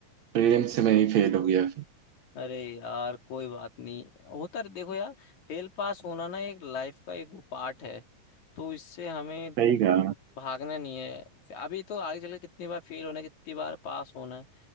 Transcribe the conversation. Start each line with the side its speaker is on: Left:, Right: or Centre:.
Right: प्रीलिम्स में ही फेल हो गया
Left: अरे यार कोई बात नहीं होता रह- देखो यार फेल पास होना ना एक लाइफ का एक वो पार्ट है तो इससे हमें
Right: सही कहा
Left: भागना नहीं है अभी तो आगे चल के कितनी बार फेल होना है कितनी बार पास होना है